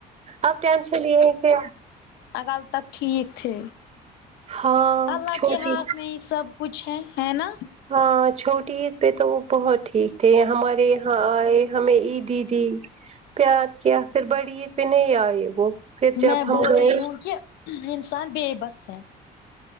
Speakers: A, on the right; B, on the left.
A: اب ٹینشن یہ ہے کہ
B: انکل تب ٹھیک تھے
A: ہاں
B: اللہ
A: چھوٹی
B: کے ہاتھ میں ہی سب کچھ ہے ہے نا
A: ہاں چھوٹی عید پہ تو وہ بہت ٹھیک تھے ہمارے یہاں آئے ہمیں عیدی دی پیار کیا پھر بڑی عید پہ نہیں آئے وہ پھر جب
B: میں
A: ہم
B: بول
A: گئے
B: رہی ہوں کہ انسان بےبس ہے